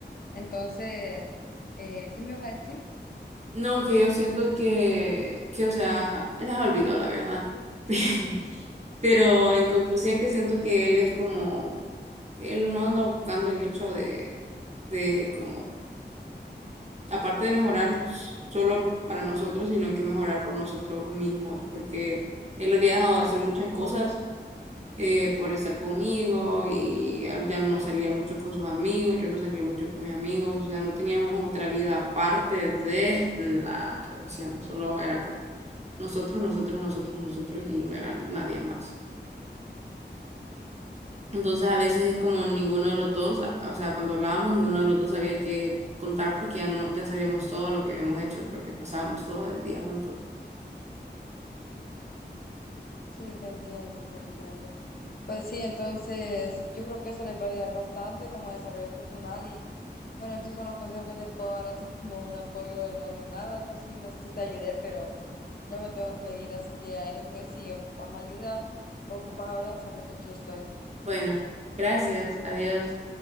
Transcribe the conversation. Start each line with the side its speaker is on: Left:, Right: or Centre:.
Left: Entonces, eh, ¿qué me vas a decir?
Right: No, que yo siento que, que o sea, ya olvidó la verdad. <laughs> Pero en conclusión que siento que él es como, él no anda buscando el hecho de, de como aparte de mejorar solo para nosotros, sino que mejorar por nosotros mismos, porque él había dejado de hacer muchas cosas eh, por estar conmigo y ya no salía mucho con sus amigos, yo no salía mucho con mis amigos, o sea, no teníamos otra vida aparte de la relación, solo era como nosotros, nosotros, nosotros, nosotros y no era nadie más. Entonces a veces es como ninguno de los dos, a- o sea, cuando hablábamos, ninguno de los dos sabía qué contar porque ya no, ya sabíamos todo lo que habíamos hecho porque pasábamos todo el día juntos.
Left: Sí, te entiendo, te entiendo. Pues sí, entonces yo creo que eso les va a ayudar bastante como desarrollo personal y bueno, estos son los consejos que te puedo dar así como un apoyo emocional, algo así, no sé si te ayudé, pero ya me tengo que ir, así que ahí después si ocupas ayuda o ocupas hablar, sabes que aquí estoy.
Right: Bueno, gracias, adiós.